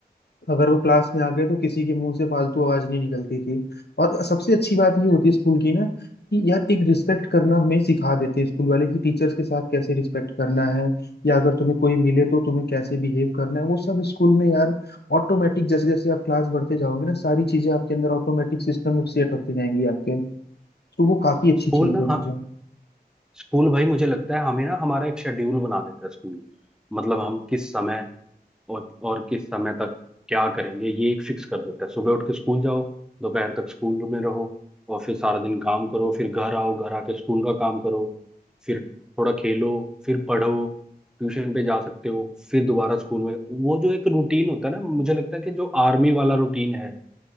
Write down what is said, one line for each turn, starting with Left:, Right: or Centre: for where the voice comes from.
Left: अगर वो क्लास में आ गए तो किसी के मुंह से फालतू आवाज नहीं निकलती थी और सबसे अच्छी बात ये होती है स्कूल की ना कि यार एक रिस्पेक्ट करना हमें सिखा देते हैं स्कूल वाले कि टीचर्स के साथ कैसे रिस्पेक्ट करना है या अगर तुम्हें कोई मिले तो तुम्हें कैसे बिहेव करना है वो सब स्कूल में यार ऑटोमेटिक जैसे जैसे आप क्लास बढ़ते जाओगे ना सारी चीजें आपके अंदर ऑटोमेटिक सिस्टम में सेट होती जाएंगी आपके तो वो काफी अच्छी
Centre: स्कूल
Left: चीज
Centre: ना
Left: है मुझे
Centre: हाँ स्कूल भाई मुझे लगता है हमें ना हमारा एक शेड्यूल बना देता है स्कूल मतलब हम किस समय और और किस समय तक क्या करेंगे ये एक फिक्स कर देता है सुबह उठ के स्कूल जाओ दोपहर तक स्कूल में रहो और फिर सारा दिन काम करो फिर घर आओ घर आके स्कूल का काम करो फिर थोड़ा खेलो फिर पढ़ो ट्यूशन पे जा सकते हो फिर दोबारा स्कूल में वो जो एक रूटीन होता है ना मुझे लगता है कि जो आर्मी वाला रूटीन है